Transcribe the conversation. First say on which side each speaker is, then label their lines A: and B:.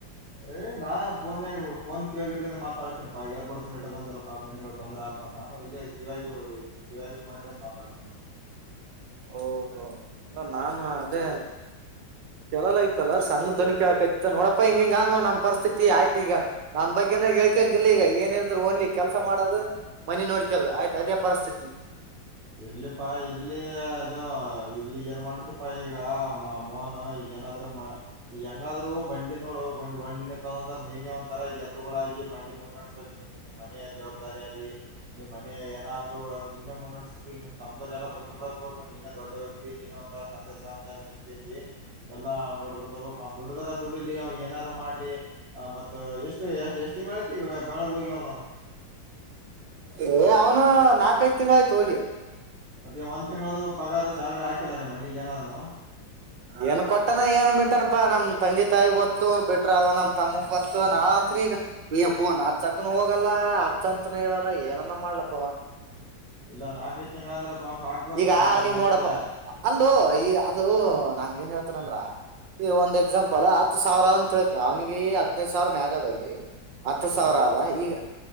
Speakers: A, on the right; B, on the right.
A: ಏ ನಾನ್ ಪೋನ್ಯಾಗ್ ಫೋನ್ ಕಿವೋಗಿ ಇಟ್ಕೊಂಡ ಮಾತಾಡ್ತೇಿ ಪಾ ಇಯರ್ ಬಡ್ಸ್ ಇಟ್ಟಕಂಡಿಲ್ಲ ಬಂದಲ್ಲ ಪಾಪನ್ತ್ತ. ತೊಂದರೆ ಆಗ್ತ ನಾನು ಇಲ್ಲಿ ಕಿವಿಯ ಕಿವಿಯ ಫೋನ್ ಇಡ್ಕೋನ್ಡ್ ಮಾತಾಡ್ತನಿ ನೋಡಿ.
B: ಹೌದು ಇಲ್ಲ ನಾನ ಅದೇ ಕೇಳಲ್ಲ ಐತಲ್ಲ ಸಣ್ಣ ದ್ವನ ಕಳಕತ್ತ ನೋಡಪ್ಪ ಹಿಂಗ ಹಂಗ ಅದ ನೋ ನಮ್ ಪರಿಸ್ತಿತಿ ಆಯ್ತ ಈಗ ನಮ್ ಬಗ್ಗೆನ ಹೇಳ್ಕಯಂಗ ಇಲ್ಲ ಈಗ ಏನೆ ಇದ್ರೂ ಓನ್ಲಿ ಕೆಲ್ಸ ಮಾಡದು. ಮನಿ ನೋಡ್ಕದು ಆಯ್ತ ಅದೇ ಪರಿಸ್ಥಿತಿ.
A: ಇರ್ಲಿಪಾ ಇರ್ಲಿ ಅದು ಇರ್ಲಿ ಏನ್ ಮಾಡ್ತಿ ಪ ಪ್ಪ ಈಗ ಮಾ ಮೊನ ಈಗಏನ ರಮ ಹೆಂಗಾದ್ರು ಬಂಡಿ ನೋಡು ಬಂಡಿ ಬಂಡಿ ನಿತ್ತದಂದ್ರ ನೀನೇ ಒಂದ ತರ ಈಗ ಎತ್ತ ತ್ತಗಳಾಗಿ ಬಂಡಿ ಮುಂದ ನಡ್ಸಬೇಕ ನೀ ನಿಮ್ಮ ಮನೆಯ ಜವಾಬ್ದಾರಿ ಆಲಿ ನಿಮ್ಮನೆಯ ಏನಾದ್ರು ನೀನೇ ಮುನ್ನಡಸ ತುದಿ ನಿನ್ ತಮದರ ಎಲ್ಲ ಬಿಟ್ಟ ಬಿಡಕ ಬೇಕು ನೀನೆ ದೊಡ್ಡ ವ್ಯಕ್ತಿ ನೀನ ಒಂಥರ ತಂದೆ ಸ್ಥಾನದ ನಿಂತಗೆಸಿ ಎಲ್ಲ ನೋಡ್ಕೊಂಡ ಹೋಗಬೇಕ ಅವ ದುಡ್ದರ ದುಡ್ಲಿ ಅವ್ ಏನಾರ ಮಾಡ್ಲಿ. ಹ ಮತ್ತ ಎಷ್ಟು ಎಷ್ಟ್ ತಿಂಗಳ ಐತಿ ಈಗ ಬೆಂಗಳೂರಿಗ ಹೋಗಿ ಅವನು.
B: ಏ ಅವ್ನು ನಾಕೈದ ತಿಂಗಳ ಆಯ್ತ ಹೋಗಿ.
A: ಮತ್ತೆ ಒಂದ ತಿಂಗಳದ ಪಗಾರ ಸ್ಯಾಲ್ರಿ ಹಾಕಿಲ್ಲ ನನಿಮ್ಮ ಮನಿಗಿ ಅವ್ನು
B: ಏನ್ ಕೊಟ್ಟನ ಏನ ಬಿಟ್ಟನಪ್ಪಾ ನಮ್ಮ ತಂದಿ ತಾಯಿ ಗೊತ್ತು ಬಿಟ್ರ ಅವ ನಮ ತಮ್ಮಗ ಗೊತ್ತು ನಾ ಅಂತ್ರ ಈಗ ಯ್ಯಪ್ಪೂ ನಾ ಅಚ್ಚಕನು ಹೋಗಲ್ಲ ಅಚ್ಚ ಅಂತನು ಹೇಳಲ್ಲ ಏನನ ಮಾಡ್ಲಪ್ಪ ಅವ.
A: ಇಲ್ಲ ನಾಲ್ಕೈದ ತಿಂಗಳಂದ್ರ ಪಾಪ ಹಾಕ್ಬೇಕು
B: ಈಗ
A: ಸ್ಯಾಲ್ರಿ
B: ಅವ್ನಿಗ್
A: ಮನಿಗ.
B: ನೋಡಪ್ಪ ಅಲ್ಲೋ ಈ ಅದು ನಾನ ಏನ ಹೇಳ್ತನಂದ್ರ ಈಗ ಒಂದ್ ಎಕ್ಸಾಂಪಲ್ ಹತ್ತು ಸಾವಿರ ಅಂತ ತಿಳ್ಕೊ ಅವನಿಗೆ ಈ ಹದನೈದ್ ಸಾವಿರ ಮ್ಯಾಗಾದಲ್ಲಿ ಹತ್ತ
A: ಹಾ
B: ಸಾವಿರ ಆದ ಈಗ